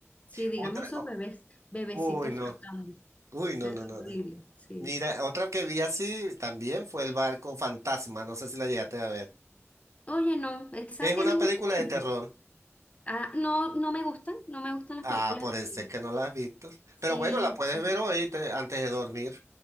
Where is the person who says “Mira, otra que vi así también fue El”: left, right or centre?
Right